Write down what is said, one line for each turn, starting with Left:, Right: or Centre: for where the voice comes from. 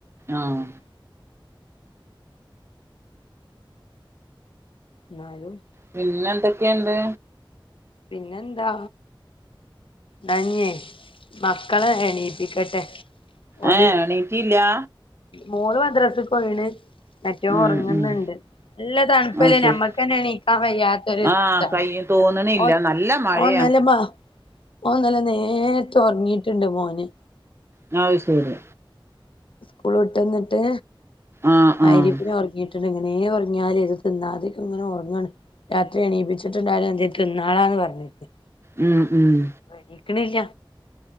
Right: ആഹ്
Left: ന്നാലും
Right: പിന്നെ എന്തൊക്കെയുണ്ട്
Left: പിന്നെന്താ ന്നാഞ്ഞേ മക്കളെ എണീപ്പിക്കട്ടെ ഓല്
Right: ഏഹ് എണീറ്റി ല്ലാ
Left: മോള് മദ്രസ്സക്ക് പോയിണ് മറ്റൊന്
Right: ഉം
Left: ഉറങ്ങുന്നുണ്ട്
Right: ഉം
Left: നല്ല തണു പ്പല്ലേ
Right: അത് ശരി
Left: നമ്മക്കെന്നെ ണീക്കാംവെയ്യാത്തൊര്
Right: ആഹ്
Left: താണ്.
Right: കൈ തോന്നണില്ല
Left: ഓ
Right: നല്ല മഴയാ
Left: ഓൻന്നലെ ബാ ഓൻന്നലെ നേര്ത്തെ ഒർങ്ങീട്ട്ണ്ട് മോന്.
Right: ന്നാ അഅ് ശെരി.
Left: സ്കൂള് വിട്ടെന്ന്ട്ട്
Right: ആഹ്
Left: മയ്രിബിനൊർങ്ങി
Right: ആഹ്
Left: ല്ലെങ്ങനേ ഒർങ്ങ്യാല് ത് തിന്നാതെക്കെങ്ങനെ ഒർങ്ങാണ്. രാത്രി എണീപ്പിച്ചിട്ട്ണ്ടായാ എന്തേതിന്നാളാന്ന് പർഞ്ഞി <unintelligible>
Right: ഉം, ഉം.
Left: എണീക്ക്ണില്ല